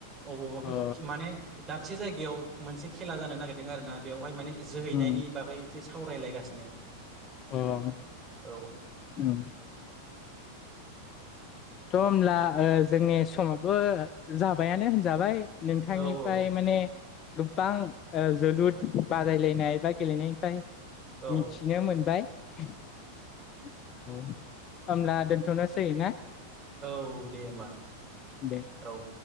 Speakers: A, on the right; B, on the left.
A: अबावबाफोर
B: अ
A: माने दाबसे जायगायाव मोनसे खेला जानो नागिरदों आरो ना बेवहाय माने जोहैनायनि
B: उम
A: बागै एसे सावरायलायगासिनो।
B: अ अम
A: औ
B: अम थ' होमब्ला ओ जोंनि समाबो जाबायानो होनजाबाय। नोंथांनिफ्राय
A: औ औ
B: माने गोबां ओ जोलुर बादायलायनाय बा गेलेनायनिफ्राय
A: औ
B: मिथिनो मोनबाय। औ होमब्ला दोनथ'नोसै ना ।
A: औ दे होमबा
B: दे
A: औ ।